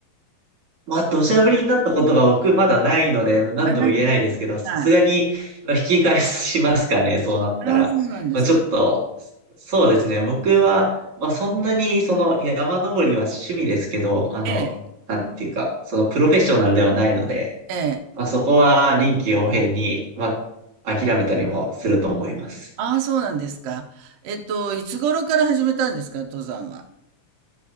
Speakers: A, on the right (about 50°); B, on the right (about 75°).
A: まあ、土砂降りになったことが僕まだないので、なんとも言えないですけど、
B: あ、ないです。
A: さすがにまあ引き返しますかね、
B: はい。
A: そうなったら。
B: ああ、そうなんですね。
A: まあ、ちょっと、そうですね、僕は、まあ、そんなに、その、山登りは趣味ですけど、あの、
B: ええ、
A: なんていうか、その、プロフェッショナルではないので、
B: ええ。
A: まあ、そこは臨機応変に、まあ、諦めたりもすると思います。
B: ああ、そうなんですか。えっと、いつ頃から始めたんですか、登山は。